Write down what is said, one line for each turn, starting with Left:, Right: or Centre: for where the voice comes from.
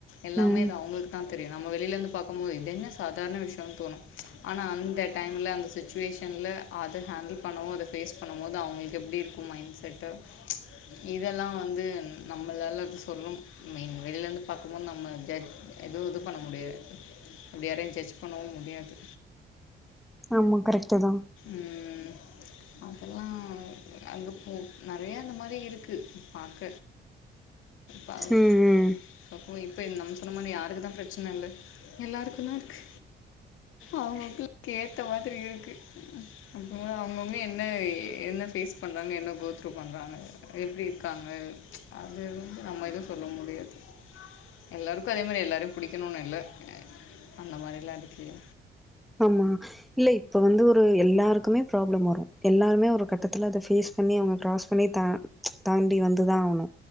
Left: எல்லாமே
Centre: ம்.
Left: அது அவுங்கள் தா தெரியு நம்ம வெளில இருந்து பாக்கும்போது என்ன சாதாரண விஷயோனு தோணுஆனா அந்த டைம்ல அந்த சிச் ச்சுவேஷன்ல அத ஹேண்டில் பண்ணமோ அதை ஃபேஸ் பண்ணபோது அவங்களுக்கு எப்டி இருக்கும் மைண்ட் செட்டு இதெல்லா வந்து நம்மளால சொல்லும் மெயின் வெள்ல இருந்து பாக்கும்போது நம்ம ஜர்ஜ் எதுவு இது பண்ண முடியாது அப்டி யாரையும் ஜட்ஜ் பண்ணவும் முடியாது
Centre: ஆமா கரெக்டு தா
Left: ம் அதெல்லா அங்க போ நெறய அந்த மாரி இருக்கு பாக்க பாவ்
Centre: ம் ம்
Left: அப்போ இப்போ நம்ம சொன்ன மாரி யாருக்கு தா பிரச்சன இல்ல எல்லாருக்கு தா இருக்கு அவங்கவங்களுக்கு ஏத்த மாதிரி இருக்கு அப்புறமா அவங்கவங்க என்ன என்ன ஃபேஸ் பண்ணுறாங்க என்ன கோத்ரூ பண்ணுறாங்க எப்டி இருக்காங்க அது வந்து நம்ம எதும் சொல்ல முடியாது எல்லாருக்கு அதே மாரி எல்லாரையு பிடிக்கணும்னு இல்ல அந்த மாதிரிலா இருக்குல
Centre: ஆமா இல்ல இப்ப வந்து ஒரு எல்லாருக்குமே ப்ராப்ளம் வரு எல்லாருமே ஒரு கட்டத்துல அத ஃபேஸ் பண்ணி அவங்க க்ராஸ் பண்ணி த தாண்டி வந்துதா ஆகணு